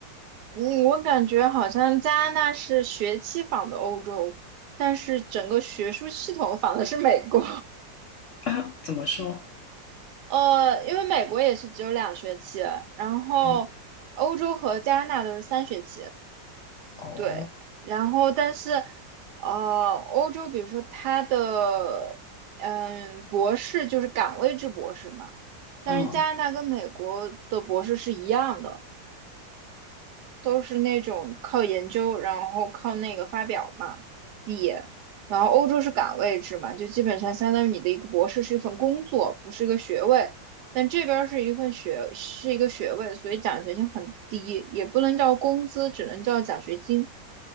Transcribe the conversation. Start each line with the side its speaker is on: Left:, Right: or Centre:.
Right: 嗯，我感觉好像加拿大是学期仿的欧洲，但是整个学术系统仿的是美国。
Left: 啊，怎么说？
Right: <laughs> 呃，因为美国也是只有两学期，然后欧洲和加拿大都是三学期。
Left: 嗯哦，
Right: 对，然后但是，呃，欧洲比如说它的嗯博士就是岗位制博士嘛，但是加拿大跟美国的博士是一样的。
Left: 嗯，
Right: 都是那种靠研究，然后靠那个发表嘛，毕业。然后欧洲是岗位制嘛，就基本上相当于你的一个博士是一份工作，不是一个学位。但这边儿是一份学，是一个学位，所以奖学金很低，也不能叫工资，只能叫奖学金。